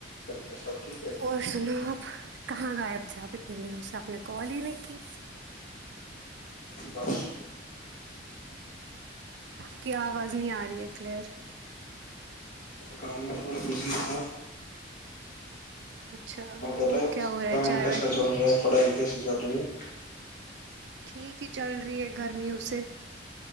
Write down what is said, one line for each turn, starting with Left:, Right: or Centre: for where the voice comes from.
Left: چل پ سب ٹھیک ہے
Right: اور سنو آپ کہاں غائب تھے آپ اتنے دنوں سے آپ نے کال ہی نہیں کی
Left: بس
Right: کی آواز نہیں آ رہی ہے کلیئر
Left: کام میں تھوڑا بزی تھا
Right: اچھا
Left: ہاں بتاؤ
Right: اور کیا ہو رہا
Left: کام
Right: ہے چائے
Left: کیسا
Right: وائے پی
Left: چل رہا ہے پڑھائی کیسی چل رہی ہے
Right: ٹھیک ہی چل رہی ہے گرمیوں سے